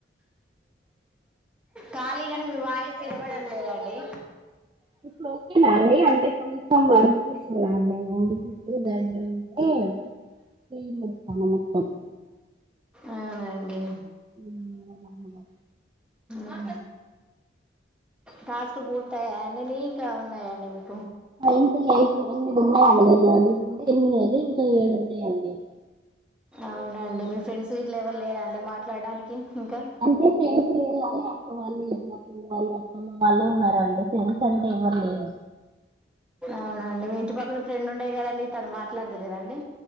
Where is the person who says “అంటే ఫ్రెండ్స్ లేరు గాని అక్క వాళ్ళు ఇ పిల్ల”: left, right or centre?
Right